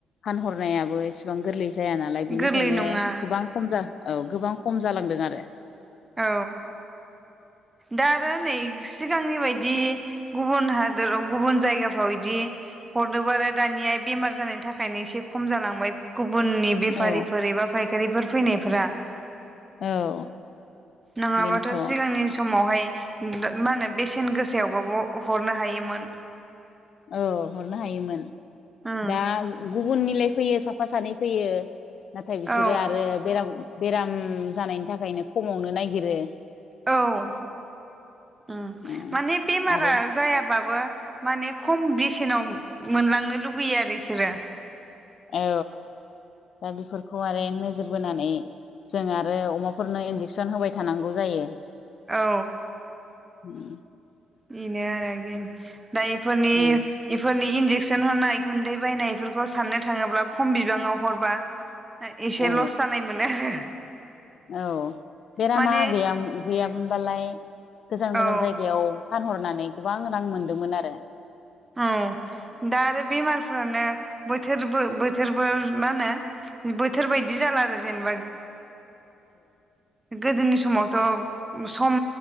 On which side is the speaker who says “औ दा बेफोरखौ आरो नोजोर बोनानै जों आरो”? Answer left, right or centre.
Left